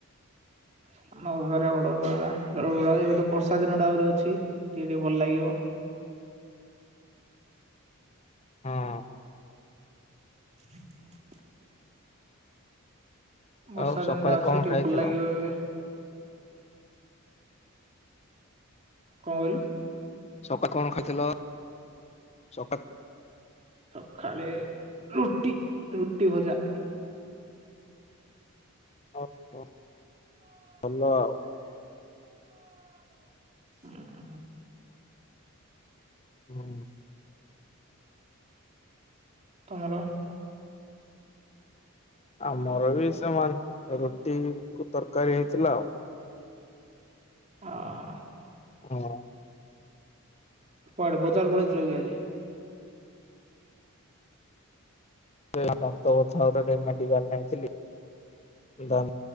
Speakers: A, on the right (about 30°); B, on the left (about 30°).
A: ସାନ ଘାଗରା ବଡ ଘାଗରା ସବୁ ବୁଲା ବୁଲି <unintelligible> ବର୍ଷା ଦିନଟା ଆହୁରି ଅଛି ଟିକେ ଟିକେ ଭଲ ଲାଗିବ।
B: ହଁ।
A: <inaudible> ବର୍ଷା
B: ଆଉ ସକାଳେ
A: ଦିନଟା ଅଛି
B: କଣ
A: ଟିକେ
B: ଖାଇଥିଲ?
A: ଭଲ ଲାଗିବ ଏବେ। କଣ କହିଲୁ?
B: ସକା କଣ ଖାଇଥିଲ ସକା
A: ସକାଳେ ରୁଟି ରୁଟି ଭଜା।
B: <unintelligible> ଭଲ ଆଉ।
A: ହୁଁ
B: ହୁଁ।
A: ତମର
B: ଆମର ବି ସମାନ ରୁଟି କୁ ତରକାରୀ ହେଇଥିଲା ଆଉ।
A: ଓହୋ।
B: ହଁ।
A: କୁଆଡେ ବଜାର ପେଇଥିଲ କି ଆଜି?
B: <unintelligible> ଦାନ୍ତ ବଥା <unintelligible> ମେଡିିକାଲ ନେଇଥିଲି ଦା